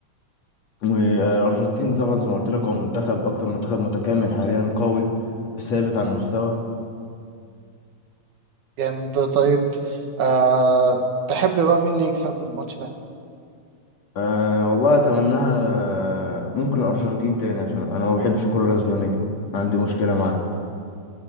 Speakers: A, on the left; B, on the right.
A: والأرجنتين طبعا زي ما قلت لك هو منتخب أكتر منتخب متكامل حاليا قوي ثابت على المستوى
B: جامد ده طيب آه... تحب بقى مين اللي يكسب الماتش ده
A: أه والله أتمناها ممكن الأرجنتين تاني عشان أنا ما بحبش الكرة الأسبانية
B: <laughs>
A: عندي مشكلة معاها